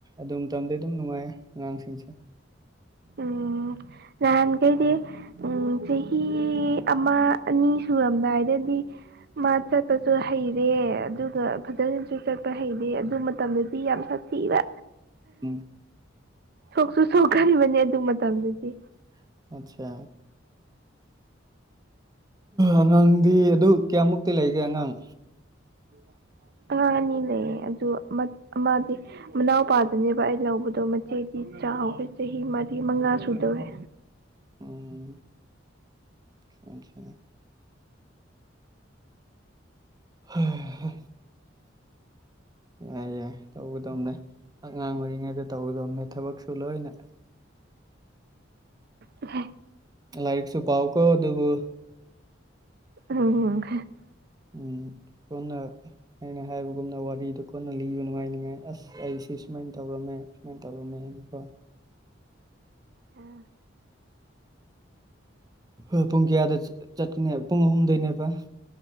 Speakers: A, on the right; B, on the right.
A: ꯑꯗꯨꯝ ꯇꯝꯗꯤ ꯑꯗꯨꯝ ꯅꯨꯡꯉꯥꯏꯌꯦ ꯑꯉꯥꯡꯁꯤꯡꯁꯦ
B: ꯎꯝ ꯅꯍꯥꯟꯈꯩꯗꯤ ꯎꯝ ꯆꯍꯤ ꯑꯃꯥ ꯑꯅꯤ ꯁꯨꯔꯝꯗꯥꯏꯗꯗꯤ ꯃꯥ ꯆꯠꯄꯁꯨ ꯍꯩꯔꯦ ꯑꯗꯨꯒ ꯐꯖꯅꯁꯨ ꯆꯠꯄ ꯍꯩꯔꯦ ꯑꯗꯨ ꯃꯇꯝꯗ ꯗꯤ ꯌꯥꯝ ꯁꯥꯊꯤꯕ
A: ꯎꯝ꯫
B: ꯁꯣꯛꯁꯨ ꯁꯣꯛꯀꯟꯕꯅꯦ ꯑꯗꯨ ꯃꯇꯝꯗꯗꯤ
A: <inaudible> ꯑꯠꯆꯥ ꯑꯉꯥꯡꯗꯤ ꯑꯗꯨ ꯀꯌꯥꯃꯨꯛꯇꯤ ꯂꯩꯒꯦ ꯑꯉꯥꯡ
B: <unintelligible> ꯑꯉꯥꯡ ꯑꯅꯤ ꯂꯩꯌꯦ ꯑꯗꯨ ꯑꯃ ꯑꯃꯗꯤ ꯃꯅꯥꯎꯄꯥꯗꯨꯅꯦꯕ ꯑꯩ ꯂꯧꯕꯗꯣ ꯃꯆꯦꯗꯤ ꯆꯥꯎꯋꯦ ꯆꯍꯤ ꯃꯔꯤ ꯃꯉꯥ ꯁꯨꯗꯧꯔꯦ꯫
A: ꯎꯝ <unintelligible> ꯍꯩ ꯍꯦ ꯌꯥꯏ ꯌꯥꯏ ꯇꯧꯒꯗꯧꯅꯦ ꯑꯉꯥꯡ ꯑꯣꯏꯔꯤꯉꯩꯗ ꯇꯧꯒꯗꯧꯅꯦ ꯊꯕꯛꯁꯨ ꯂꯣꯏꯅ
B: ꯎꯍꯦ
A: ꯂꯥꯏꯔꯤꯛꯁꯨ ꯄꯥꯎꯀꯣ ꯑꯗꯨꯕꯨ
B: <inaudible>
A: ꯎꯝ <unintelligible> ꯑꯩꯅ ꯍꯥꯏꯕꯒꯨꯝꯅ ꯋꯥꯔꯤꯗꯨ ꯀꯣꯟꯅ ꯂꯤꯕ ꯅꯨꯡꯉꯥꯏ ꯅꯤꯉꯥꯏ ꯑꯁ ꯑꯩꯁꯤ ꯁꯨꯃꯥꯏꯅ ꯇꯧꯔꯝꯃꯦ ꯁꯨꯃꯥꯏꯅ ꯇꯧꯔꯝꯃꯦꯅ ꯍꯥꯏꯅꯀꯣ
B: ꯎꯝ
A: ꯍꯣꯏ ꯄꯨꯡ ꯀꯌꯥꯗ ꯆꯠꯀꯅꯦ ꯄꯨꯡ ꯑꯍꯨꯝꯗꯩꯅꯦꯕ ꯀꯣ